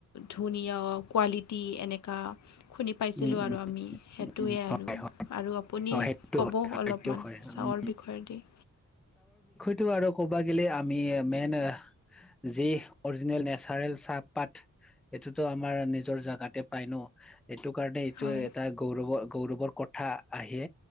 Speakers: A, on the left; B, in the centre.
A: ধুনীয়া কোৱালিটি এনেকা শুনি পাইছিলোঁ
B: উম উম
A: আৰু আমি সেই সেইটোৱে
B: উম
A: আৰু
B: হয় হয়
A: আৰু আপুনি
B: অ সেইটো
A: ক'ব
B: হয় সেইটো
A: অলপমান
B: হয়
A: চাহৰ
B: উম
A: বিষয়ে দি
B: সিটো আৰু ক'বা গলে আমি মেইন যি অৰিজিনেল নেচাৰেল চাহপাত সেইটোতো আমাৰ নিজৰ জাগাতে পাই ন এইটো কাৰণে এইটো
A: হয়
B: এটা গৌৰৱৰ গৌৰৱৰ কথা আহে